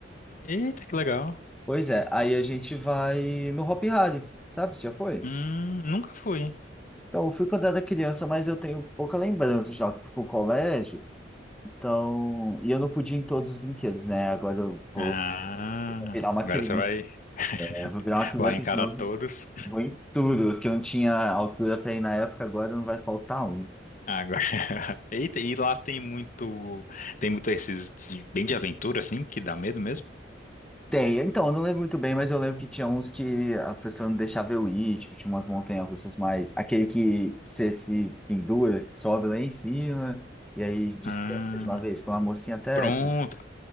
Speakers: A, on the left; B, in the centre.
A: Eita, que legal.
B: Pois é, aí a gente vai no Hopi Hari, sabe? Você já foi?
A: Hum, nunca fui.
B: Então, eu fui quando era criança, mas eu tenho pouca lembrança já que fui pro colégio. Então, e eu não podia ir em todos os brinquedos, né? Agora eu vou
A: Ah,
B: virar uma
A: agora
B: criança,
A: você vai, <laughs>
B: né? Vou virar uma criança
A: vai encarar
B: de novo.
A: todos.
B: Vou em tudo, que eu não tinha altura para ir na época, agora não vai faltar um.
A: Agora, <laughs> eita, e lá tem muito, tem muito esses de- bem de aventura, assim, que dá medo mesmo?
B: Tem, então, eu não lembro muito bem, mas eu lembro que tinha uns que a pessoa não deixava eu ir, tipo, tinha umas montanhas-russas mais. Aquele que você se pendura, que sobe lá em cima, e aí despenca
A: Ah,
B: de uma vez. Foi uma mocinha até
A: pronto.
B: teve